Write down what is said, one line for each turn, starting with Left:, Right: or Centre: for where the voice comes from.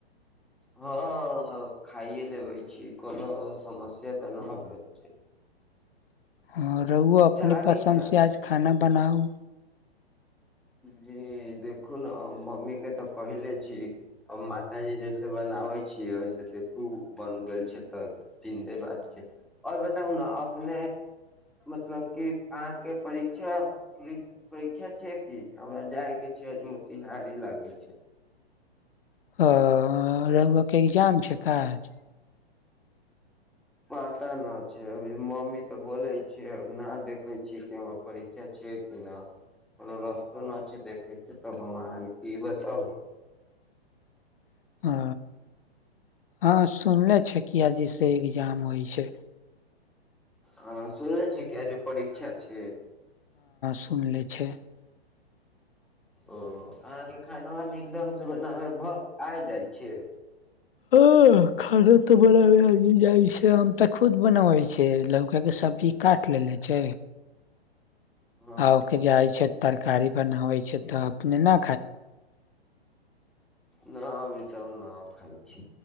Centre: हँ खाायए लेबै छी कोनो समस्या तऽ नहि भेल छैय।
Left: ह रहु अपने
Centre: लागै
Left: पसन्द
Centre: छै अहाँ
Left: से आज खाना बनाउ।
Centre: जी देखु ने मम्मी के तऽ कहिले च मात जी जैसे ब बना छी ओस देखू बन गेल छै तऽ जिन्दे बात छै आओर बताउ ने अपने मतलब क अहाँके परीक्षा परीक्षा छै क हमरा जाय के छै नौतीहारि लागल छै
Left: अ रउआ एग्जाम छै काज
Centre: पता नहि छै अभी मम्मी तऽ बोले छै न देखे छिय कि हमर परीक्षा छै कि नहि कोनो रस्तो नहि छै देखे के तऽ हम अहाँके क बताउ
Left: हँ आ हँ सुनले छ किया जैस एग्जाम होइ छै
Centre: ह सुने छी कि आज परीक्षा छै
Left: सुनले छै हँ
Centre: ओ अहाँके खाना नीक ढङ्गसँ बनाबै भ आब जाइ छै
Left: ह खाना तऽ बनाबै आ जाइ छै आम तऽ खुद बनाबै छै लौका के सबजी काट लेले छै
Centre: हँ
Left: आ ओके जाइ छै तरकारी बनाबै छै तऽ अपने ने
Centre: न भतर न खााय छी